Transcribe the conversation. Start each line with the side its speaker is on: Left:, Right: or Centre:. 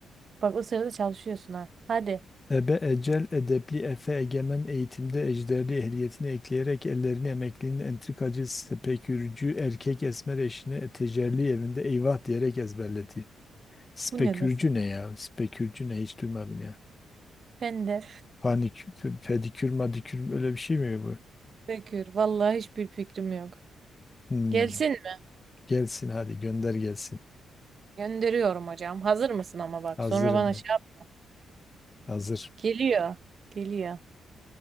Right: Bak o sırada çalışıyorsun ha. Hadi.
Left: Ebe ecel edepli efe egemen eğitimde ejderli ehliyetini ekleyerek ellerini emeklinin entrikacı spekürcü erkek esmer eşine tecelli evinde eyvah diyerek ezberleti. Spekürcü
Right: Bu ne mesele?
Left: ne ya? Spekürcü ne hiç duymadım ya.
Right: Ben de
Left: Panik, fe- pedikür madikür öyle bir şey mi bu?
Right: bekliyorum. Vallahi hiçbir fikrim yok.
Left: Hmm,
Right: Gelsin mi?
Left: Gelsin hadi gönder gelsin.
Right: Gönderiyorum hocam. Hazır mısın ama bak.
Left: Hazırım
Right: Sonra bana
Left: mı?
Right: şey yap.
Left: Hazır.
Right: Geliyor. Geliyor.